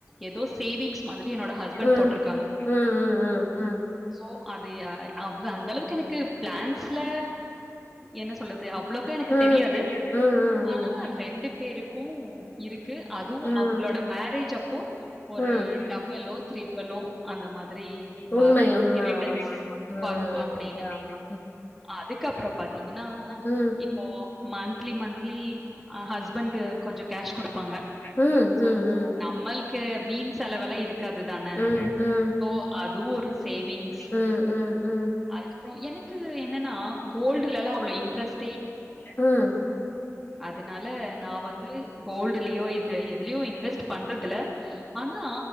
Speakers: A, in the centre; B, on the left (about 40°).
A: ஏதோ சேவிங்ஸ் மாதிரி என்னோட ஹஸ்பண்ட்
B: ம்.
A: போட்டுருக்காங்க
B: ம், போட்டிருக்காங்க. ம், ம், ம்.
A: சோ அது ஆ அவெ அந்தளவுக்கு எனக்கு பிளான்ஸ்ல என்ன சொல்றத் து அவ்ளோக்கா எனக்கு தெரியாது
B: ம். ம், ம்,
A: ஆனா
B: ம்.
A: ரெண்டு பேருக்கு இருக்கு அதுவு
B: ம்,
A: அவுங்களோட மேரேஜ் அப்போ ஒரு
B: ம்.
A: டபுளோ த்ரிப்ளோ அந்த மாதிரி
B: உண்மை
A: வரு
B: உண்ம
A: ரிட்டன்ஸ்
B: ஆமா ஆமா ம்
A: வரு அப்டின்னு
B: ஆமா
A: அதுக்கப்புறோ பாத்தீங்கன்னா
B: ம்
A: இப்போவோ மந்த்லி மந்த்லி ஆ ஹஸ்பண்ட்டு கொஞ்சோ கேஷ் குடுப்பாங்க
B: ம் ம்
A: சோ
B: ம் ம்
A: நம்மள்க்கு வீண் செலவுலா இருக்காது தான
B: ம் ம்
A: சோ அதுவு ஒரு சேவிங்ஸ்
B: ம் ம் ம் ம்
A: அதுக்கப்புறோ எனக்கு என்னன்னா கோல்டுல எல்லா அவ்ளோ இன்ட்ரஸ்
B: ம்
A: அதனால நா வந்து கோல்டுலியோ இது எதுலியோ இன்வெஸ்ட் பண்றதுல ஆனா